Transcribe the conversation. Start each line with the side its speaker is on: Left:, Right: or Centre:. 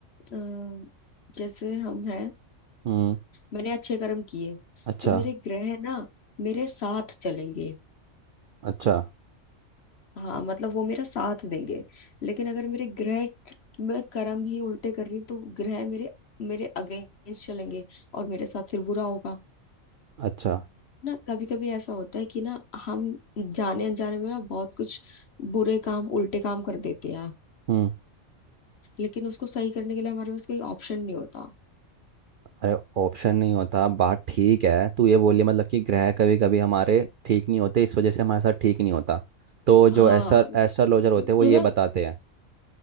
Left: अ, जैसे हम हैं
Right: हम्म
Left: मैंने अच्छे कर्म किए
Right: अच्छा
Left: तो मेरे ग्रह ना मेरे साथ चलेंगे
Right: अच्छा
Left: हाँ मतलब वो मेरा साथ देंगे लेकिन अगर मेरे ग्रह मैं कर्म ही उल्टे कर रही हूँ, तो ग्रह मेरे मेरे अगेंस्ट चलेंगे और मेरे साथ फिर बुरा होगा
Right: अच्छा
Left: ना कभी कभी ऐसा होता है कि ना हम जाने अनजाने में ना बहुत कुछ बुरे काम उल्टे काम कर देते हैं
Right: हम्म
Left: लेकिन उसको सही करने के लिए हमारे पास कोई ऑप्शन नहीं होता
Right: अरे ऑप्शन नहीं होता बात ठीक है तू ये बोली मतलब कि ग्रह कभी कभी हमारे ठीक नहीं होते इस वजह से हमारे साथ ठीक नहीं होता तो जो
Left: हाँ
Right: एस्ट्रो एस्ट्रोलॉजर होते
Left: तो
Right: हैं वो ये
Left: ना
Right: बताते हैं